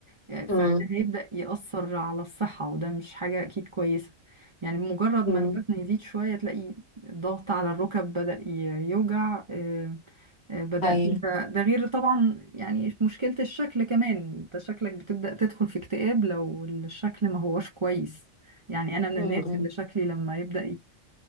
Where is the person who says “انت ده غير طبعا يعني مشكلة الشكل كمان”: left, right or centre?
Right